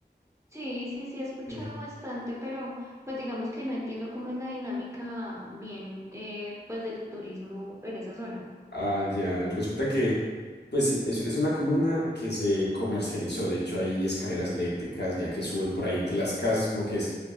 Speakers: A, on the right (about 15°); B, on the left (about 70°).
A: Sí, sí, sí, he escuchado
B: Sí.
A: bastante, pero pues digamos que no entiendo cómo es la dinámica bien, eh, pues del turismo en esa zona.
B: Ah, ya. Resulta que, pues sí, es, es una comuna que se comercializó. De hecho, hay escaleras eléctricas ya que suben por ahí entre las casas, como que es,